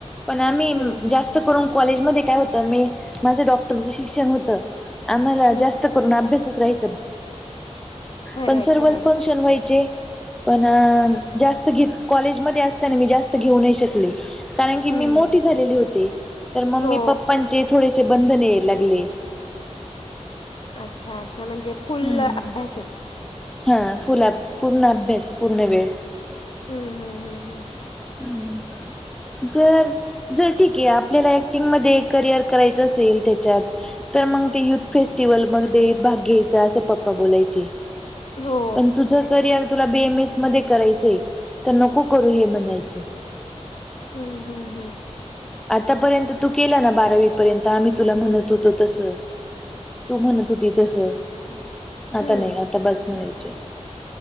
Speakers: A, in the centre; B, on the left (about 45°).
A: पण आम्ही
B: हम्म हम्म
A: जास्त
B: हम्म
A: करून- कॉलेजमध्ये काय होतं मी, माझं डॉक्टरचं शिक्षण होत. आम्हाला
B: हम्म
A: जास्त करून अभ्यासच राहायचा.
B: खरंय
A: पण सर्वत
B: खरंय
A: फंक्शन व्हायचे, पण जास्त घे- कॉलेजमध्ये असताना मी जास्त घेऊ नाही शकले. कारण की,
B: हम्म
A: मी मोठी झालेली होती, तर मम्मी
B: हो
A: पप्पांचे थोडेसे बंधन यायला लागले.
B: अच्छा, अच्छा, म्हणजे फुल्ल
A: हम्म
B: अभ्यासच.
A: हा, फुल अ पूर्ण अभ्यास पूर्ण वेळ.
B: हं, हं, हं, हम्.
A: हम <inaudible> जर जर ठीक आहे, आपल्याला ऍक्टिंग मध्ये करिअर करायचं असेल त्याच्यात- तर मग ते युथ फेस्टिवल मध्ये भाग घ्यायचा, असं पप्पा बोलायचे.
B: हो
A: पण तुझं करिअर तुला बीएमएस मध्ये करायचंय, तर नको करू हे म्हणायच. <inaudible>
B: हं, हं, हम्म.
A: आतापर्यंत तू केला ना बारावीपर्यंत, आम्ही तुला म्हणत होतो तसं. तू म्हणत होती तसं, आता
B: हम्म
A: नाही आता बस म्हणायची.